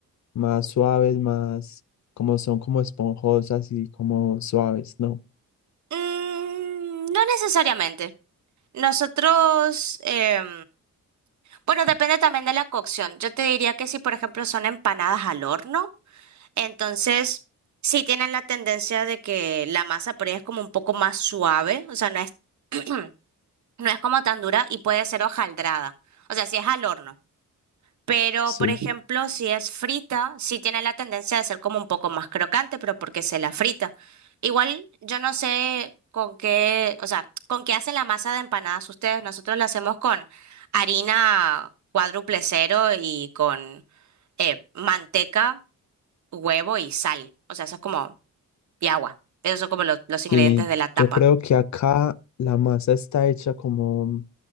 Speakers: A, on the left; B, on the right.
A: más suaves, más, como son como esponjosas y como suaves, ¿no?
B: Mm, no necesariamente. Nosotros, em, bueno, depende también de la cocción. Yo te diría que si, por ejemplo, son empanadas al horno, entonces sí tienen la tendencia de que la masa por ahí es como un poco más suave, o sea, no es, <clears throat> no es como tan dura y puede ser hojaldrada. O sea, si es al horno. Pero,
A: Sí,
B: por ejemplo, si es frita, sí tiene la tendencia de ser como un poco más crocante, pero porque se la frita. Igual, yo no sé con qué, o sea, con qué hacen la masa de empanadas ustedes. Nosotros la hacemos con harina cuádruple cero y con eh, manteca, huevo y sal. O sea, eso es como, y agua. Esos son como lo- los
A: sí,
B: ingredientes de la tapa.
A: yo creo que acá la masa está hecha como